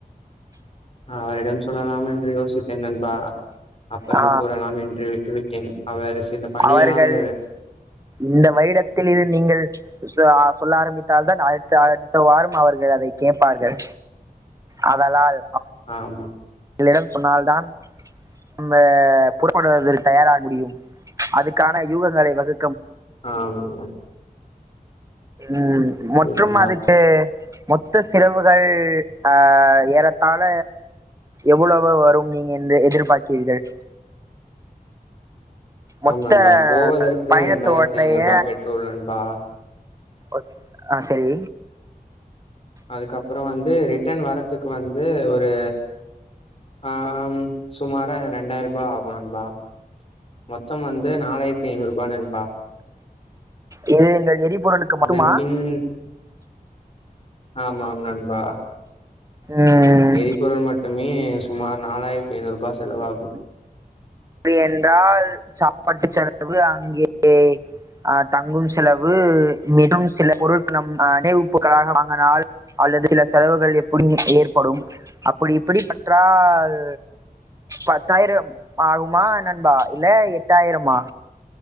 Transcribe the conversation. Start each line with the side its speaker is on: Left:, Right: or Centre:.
Left: அ அவரிடம் சொல்லலாம் என்று யோசித்தேன் நண்பா அப்பறம்
Right: ஆ
Left: கூறலாம் என்று விட்டுவிட்டேன் அவர் சில பணியால்
Right: அவர்கள் இந்த வருடத்தில் இருந்து நீங்கள் சா சொல்ல ஆரம்பித்தால் தான் அழுத்த அடுத்த வாரம் அவர்கள் அதை கேட்பார்கள் ஆதலால்
Left: ஆமாம்
Right: ங்களிடம் சொன்ன்ல்தான் நம்ப புறப்படுவதில் தயாராக முடியும் அதுக்கான யூகங்களை வகு
Left: ஆமா
Right: ம் மற்றும்
Left: நண்பா
Right: அதுக்கு மொத்த சிரவுகள் அ ஏறத்தால எவ்வளவு வரும் நீங்க என்று எதிர்பார்க்கீர்கள் மொத்த
Left: ஆமா ண்பா போவதற்கு
Right: பயணத்தோடைய
Left: ரெண்டாய்ர்த்தி ஐநூருபா பெட்ரோல் நண்பா
Right: ஓக் அ செரி
Left: அதுக்கப்புறோ வந்து ரிட்டன் வரதுக் வந்து ஒரு அ சுமார ம் ரெண்டாய்ருபா ஆகோ நண்பா மொத்தம் வந் நாலாய்ர்த்தி ஐநூருபா நண்பா
Right: இது இந்க எரிபொருளுக்கு
Left: அதன்
Right: மட்டுமா
Left: பின் ஆமாம் நண்பா
Right: ம்
Left: எரிபொருள் மட்டுமே சுமார் நாலாய்ர்த்தி ஐநூருபா செலவாகு
Right: அப்டி என்றால் சாப்பாட்டு செலவு அங்கே அ தங்கும் செலவு <unintelligible> சில பொருட்கள் நம் அ நினைவுப் பொருட்களாக வாங்கினால் அ ல்லது சில செலவுகள் எப்படி <inaudible> ஏற்படும் அப்படி இப்படி பற்றால் பத்தாயிரம் ஆகுமா என்னண்பா இல்ல எட்டாயிரமா